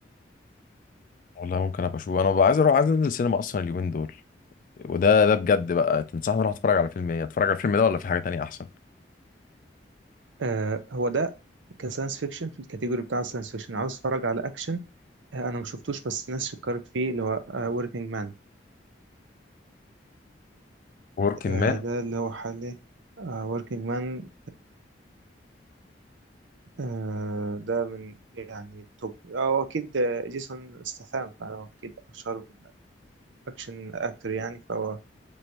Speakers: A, on the left (about 45°); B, on the right (about 85°).
A: والله ممكن ابقى اشوفه انا ببقى عايز اروح عايز انزل السينما اصلا اليومين دول وده ده بجد بقى تنصحني اروح اتفرج على فيلم ايه اتفرج على الفيلم ده ولا في حاجه تانية احسن
B: آه هو ده كساينس فيكشن في الكاتيجوري بتاع الساينس فيكشن عاوز اتفرج على اكشن آه انا ما شفتوش بس الناس شكرت فيه اللي هو وركينج مان
A: وركن
B: آه
A: مان
B: Working Man. آه، ده اللي هو حالي وركينج مان آه، ده من يعني التوب هو أكيد جيسون استثام فهو أكيد أشهر أكشن أكتر يعني فهو